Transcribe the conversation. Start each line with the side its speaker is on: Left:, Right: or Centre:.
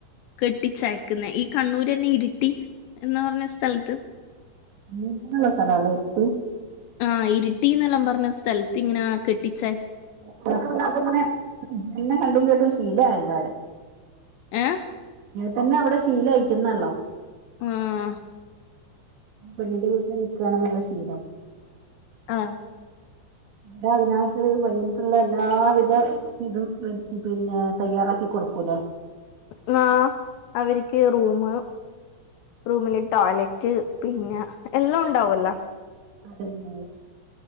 Left: കെട്ടിച്ചയക്കുന്ന ഈ കണ്ണൂരന്നെ ഇരിട്ടി എന്നാ പറഞ്ഞ സ്ഥലത്ത്
Right: നിൽക്കാനുള്ള സ്ഥലാല്ലേ എരുത്ത്
Left: ആഹ് ഇരി ട്ടീന്നെല്ലാം പർഞ്ഞ സ്ഥലത്ത് ഇങ്ങനെ കെട്ടിച്ച
Right: <unintelligible> കണ്ടും കേട്ടും ശീലയല്ലോ അവിടെ
Left: ഏഹ്
Right: പിന്നെ അവിടെ ശീല അഴിക്കുന്നല്ലോ
Left: ആഹ്
Right: പെണ്ണിന്റെ വീട്ടിൽ നിക്കയാണെന്നുള്ള ശീലം
Left: ആഹ്
Right: അടെ അയ്നായിട്ട് പയ്യനക്ള്ള എല്ലാവിധ ഇതും പിന്നെ തയ്യാറാക്കി കൊടുക്കൂലെ
Left: ന്നാ അവർക്ക് റൂമ് റൂമില് ടോയ്ലറ്റ് പിന്നെ എല്ലാം ഉണ്ടാവല്ലോ
Right: അത് തന്നേ